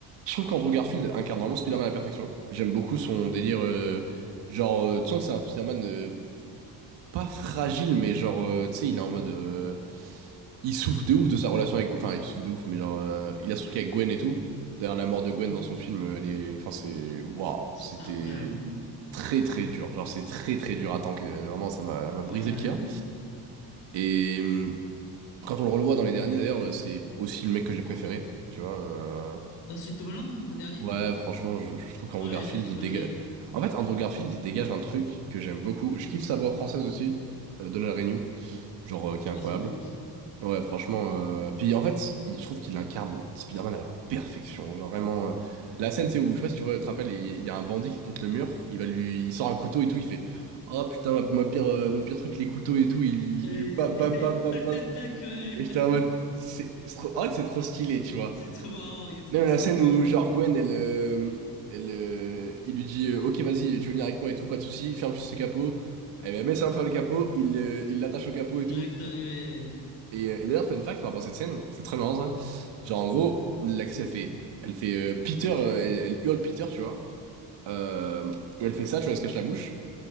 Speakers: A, on the right; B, on the left.
A: Je trouve qu'Andrew Garfield incarne vraiment Spider-Man à la perfection. J'aime beaucoup son délire, euh, genre euh, tu sens que c'est un Spider-Man. euh, pas fragile, mais genre, euh, tu sais, il est en mode. euh, il souffre de ouf de sa relation avec. Enfin, il souffre de ouf, mais genre, euh, il a ce truc avec Gwen et tout. D'ailleurs, la mort de Gwen
B: Mm.
A: dans son film, euh, elle est. Enfin, c'est. Waouh,
B: C'est
A: c'était
B: incroyable.
A: très très dur. Genre, c'est très très dur à que Vraiment, ça m'a m'a
B: Ouais.
A: brisé le cœur. Et euh, quand on le revoit dans les derniers, d'ailleurs, euh, c'est aussi le mec que j'ai préféré. Tu vois. euh,
B: Dans Sud Tomorrowland, le dernier?
A: Ouais, franchement, je, je trouve qu'Andrew
B: Ouais,
A: Garfield,
B: les, les
A: il
B: galeries.
A: dégage. En fait, Andrew Garfield, il dégage un truc que j'aime beaucoup. Je kiffe sa voix française aussi, euh, Donald Renew genre euh, qui est
B: Ouais,
A: incroyable.
B: c'est le GOAT.
A: Ouais, franchement. euh, Puis en fait, il- je trouve qu'il incarne Spider-Man à la perfection. Genre vraiment. euh, La scène, c'est où, je sais pas si tu vois, tu te rappelles, il il y a un bandit qui est contre le mur, il va lui, il sort un couteau et tout, il fait Oh putain, ma, ma pire, euh, mon pire truc, les couteaux et tout, il,
B: Et-
A: il lui bam bam
B: et-
A: bam bam
B: tac,
A: bam.
B: tac, tac, ouais.
A: Et j'étais en mode, c'est c'est trop... oh, c'est trop stylé, tu vois.
B: C'est trop marrant, il est trop,
A: Même
B: le-
A: la
B: c'est
A: scène
B: trop le GOAT.
A: où, genre, Gwen, elle, euh, elle, euh, il lui dit euh, Ok, vas-y, tu veux venir avec moi et tout, pas de souci, ferme juste ce capot. Elle met ça ferme le capot, il euh, il l'attache au capot et
B: Il
A: tout.
B: l'acte, ouais.
A: Et, euh, et d'ailleurs, fun fact par rapport à cette scène, c'est très marrant ça. Genre en gros, l'actrice elle fait, elle fait euh, Peter, euh, elle, elle hurle Peter, tu vois. Euh, et elle fait ça, tu vois, elle se cache la bouche.